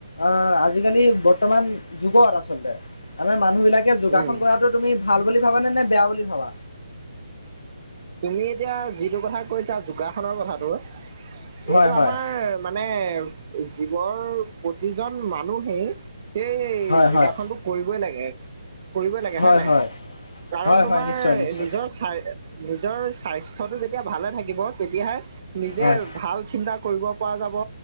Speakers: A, on the left; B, on the right.
A: অ', আজিকালি ব ৰ্তমান যুগত আচলতে, আমাৰ মানুহ বিলাকে যোগাসন
B: উম
A: কৰা। টো তুমি ভাল বুলি ভাবা নে, নে বেয়া বুলি ভাবা?
B: তুমি এতিয়া যিটো কথা কৈছা, যোগাসনৰ কথাটো
A: হয়
B: এইটো
A: হয়
B: আমাৰ মানে জীৱৰ প্ৰতিজন মানুহেই সেই
A: হয়
B: যোগাসনটো
A: হয়
B: কৰিবই লাগে। কৰিবই লাগে
A: হয়
B: হয়ে নাই,
A: হয়
B: কাৰণ
A: হয়
B: তোমাৰ
A: হয় নিশ্চয় নিশ্চয়
B: নিজৰ চাই নিজৰ স্বাস্থ্যটো যেতিয়া ভালে থাকিব, তেতিয়াহে নিজেই
A: হয়
B: ভাল চিন্তা কৰিব পৰা যাব,